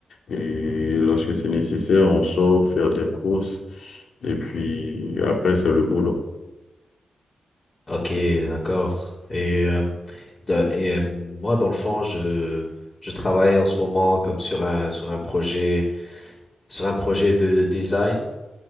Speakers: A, on the left; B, on the left.
A: Et lorsque c'est nécessaire, on sort faire des courses. Et puis après, c'est le boulot.
B: Ok, d'accord. Et, euh, de- et euh, moi, dans le fond, je, je travaille en ce moment comme sur un, sur un projet, sur un projet de design,